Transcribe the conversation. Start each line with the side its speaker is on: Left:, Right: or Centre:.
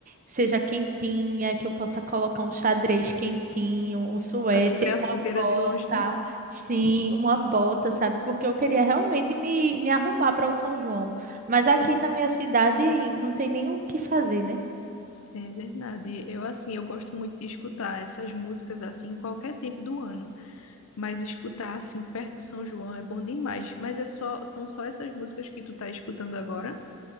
Right: seja quentinha, que eu possa colocar um xadrez quentinho, um suéter,
Left: para tu ver a
Right: uma
Left: fogueira
Right: bota,
Left: de longe, né?
Right: sim, uma bota, sabe? Porque eu queria realmente me, me arrumar para o São João, mas aqui
Left: Sim.
Right: na minha cidade não tem nem o que fazer, né?
Left: É verdade. Eu assim, eu gosto muito de escutar essas músicas assim em qualquer tempo do ano. Mas escutar assim perto do São João é bom demais. Mas é só, são só essas músicas que tu tá escutando agora?